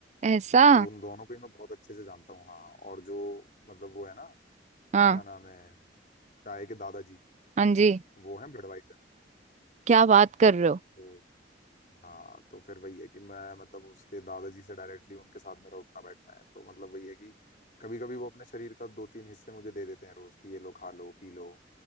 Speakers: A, on the right; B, on the left.
A: ऐसा
B: तो उन दोनों को ही मैं बहुत अच्छे से जानता हूँ हाँ और जो मतलब वो है ना
A: हाँ
B: क्या नाम है चाय के दादाजी
A: हाँ जी
B: वो है बडवाइजर
A: क्या बात कर रहे हो
B: तो हाँ तो फिर वही है कि मैं मतलब उसके दादाजी से डायरेक्टली उनके साथ मेरा उठना बैठना है तो मतलब वही है कि कभी कभी वो अपने शरीर का दो तीन हिस्से मुझे दे देते हैं रोज कि ये लो खा लो पी लो